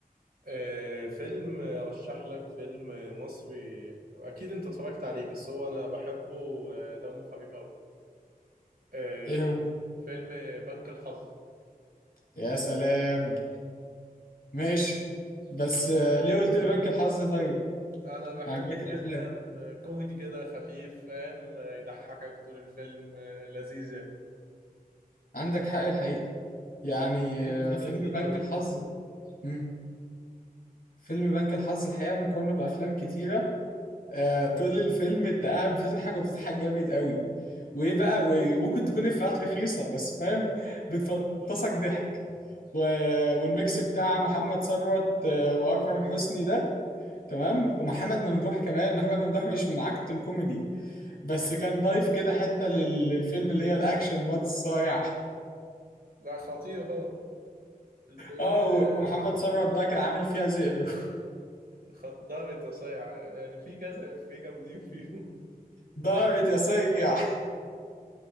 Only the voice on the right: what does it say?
آه، فيلم رشح لك فيلم مصري اكيد انت اتفرجت عليه بس هو انا بحبه ودمه خفيف قوي آه،
فيلم بنك الحظ
انا بحبه
جدا آه، كوميدي كده خفيف فاهم آه، يضحكك طول الفيلم آه، لذيذ يعني
دي
اللي فيه
جامدين
قوي
لا خطير هو الفيلم
آه،
خ- ضابط وصايع يعني في كذا في جامدين فيهم